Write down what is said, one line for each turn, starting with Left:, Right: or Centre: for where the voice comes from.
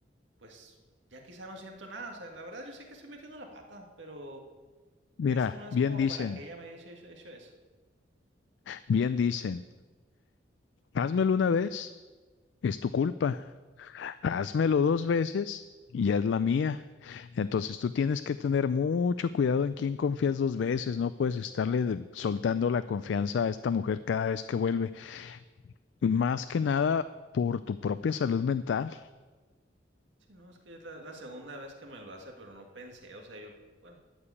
Right: pues ya quizá no siento nada, o sea, la verdad yo sé que estoy metiendo la pata, pero
Left: Mira,
Right: eso no es
Left: bien
Right: como
Left: dicen,
Right: para que ella me haya hecho, hecho eso.
Left: bien dicen, házmelo una vez, es tu culpa. Házmelo dos veces, y ya es la mía. Entonces tú tienes que tener mucho cuidado en quién confías dos veces, no puedes estarle de- soltando la confianza a esta mujer cada vez que vuelve, más que nada por tu propia salud mental,
Right: Sí, no, es que es la, la segunda vez que me lo hace, pero no pensé, o sea, yo, bueno.